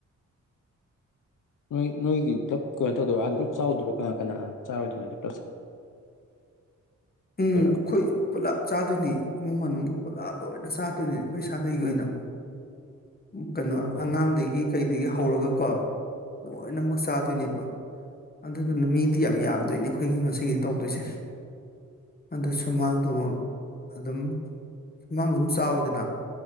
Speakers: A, on the left; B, on the left.
A: ꯅꯣꯏ ꯅꯣꯏꯒꯤ ꯄꯨꯂꯞ ꯀꯩꯅꯣ ꯇꯧꯗꯣꯏꯔꯣ ꯑꯥꯗ ꯄꯨꯂꯞ ꯆꯥꯎꯗꯣꯏꯔꯣ ꯀꯅꯥ ꯀꯅꯥ ꯆꯥꯎꯔꯣꯏꯗꯣꯏꯅꯣ ꯄꯨꯂꯞ ꯆꯥꯗꯣꯏꯔꯣ
B: ꯎꯝ ꯑꯩꯈꯣꯏ ꯄꯨꯜꯂꯞ ꯆꯥꯗꯣꯏꯅꯦ ꯏꯃꯨꯡ ꯃꯅꯨꯡꯒꯤ ꯄꯨꯠꯂꯞ ꯂꯣꯏꯅ ꯆꯥꯗꯣꯏꯅ ꯑꯩꯈꯣꯏ ꯁꯥꯒꯩꯒꯤ ꯑꯣꯏꯅ꯫ ꯀꯩꯅꯣ
A: ꯑꯣ
B: ꯑꯉꯥꯡꯒꯩꯒꯤ ꯀꯩꯗꯒꯤ ꯍꯧꯔꯒꯀꯣ ꯂꯣꯏꯅꯃꯛ ꯆꯥꯗꯣꯏꯅꯦꯕ꯫ ꯑꯗꯨꯗꯨꯅ ꯃꯤꯗꯤ ꯌꯥꯝ ꯌꯥꯝꯗꯣꯏꯅꯦ ꯑꯩꯈꯣꯏꯒꯤ ꯉꯁꯤꯒꯤ ꯇꯧꯗꯣꯏꯁꯦ꯫ ꯑꯗꯨ ꯁꯨꯃꯥꯡꯗꯣ ꯑꯗꯨꯝ ꯁꯨꯃꯥꯡꯗꯣ ꯑꯗꯨꯝ ꯆꯥꯎꯋꯤꯗꯅ